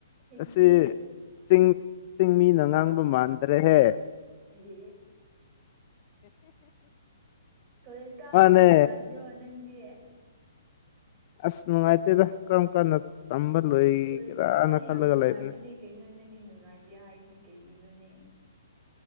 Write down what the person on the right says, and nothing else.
ꯍꯩꯇꯦ
ꯒꯤ ꯀꯣꯂꯦꯖ ꯀꯥꯕꯗꯨ
ꯅꯨꯡꯉꯥꯏꯕ꯭ꯔꯣ ꯅꯪꯗꯤ
ꯏꯁ
ꯀꯣꯂꯦꯖ ꯀꯥꯕꯗꯤ
ꯌꯥꯝ ꯅꯨꯡꯉꯥꯏꯕꯅꯦ
ꯀꯩꯅꯣ ꯅꯪꯒꯤ ꯅꯨꯡꯉꯥꯏꯇꯦ ꯍꯥꯏꯗꯤ ꯀꯩꯒꯤꯅꯣꯅꯦ